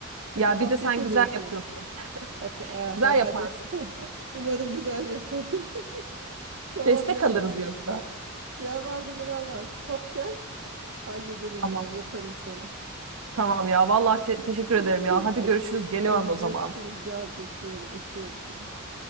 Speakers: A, on the right; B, on the right.
A: Ya
B: Hadi kalk
A: bir de sen
B: getir
A: güzel
B: de yapayım.
A: yapıyorsun.
B: Bak aha,
A: Güzel
B: hadi.
A: yaparsın.
B: <laughs> Umarım güzel yaparım. <laughs> Tamam
A: Destek
B: diğer
A: alırız
B: malz
A: yoksa.
B: diğer malzemeler var. Kap gel. Halledelim
A: Tamam.
B: hemen yaparım sana.
A: Tamam ya. Vallahi te- teşekkür
B: <laughs>
A: ederim ya. Hadi görüşürüz. Geliyorum
B: Hadi
A: o zaman.
B: görüşürüz. Gel bekliyorum. Öpüyorum seni.